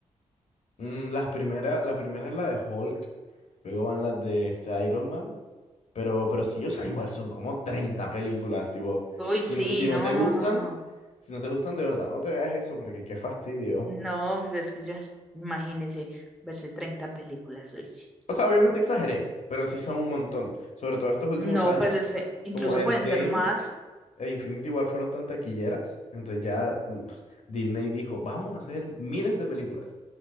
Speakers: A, on the left; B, in the centre.
A: Mm, las primera, la primera es la de Hulk, luego van las de este, Iron Man, pero, pero sí, o sea, igual son como 30 películas, tipo,
B: Uy, sí,
A: si no, si no
B: no,
A: te gustan,
B: no, no, no.
A: si no te gustan de verdad, no te veas eso porque qué fastidio.
B: No, pues es que ya, imagínese verse 30 películas, uy.
A: O sea, obviamente exageré, pero sí son un montón, sobre todo estos últimos
B: No,
A: años,
B: pues ese- incluso
A: como Endgame.
B: pueden ser más.
A: e Infinity War fueron tan taquilleras, entonces ya mm, Disney dijo, vamos a hacer miles de películas.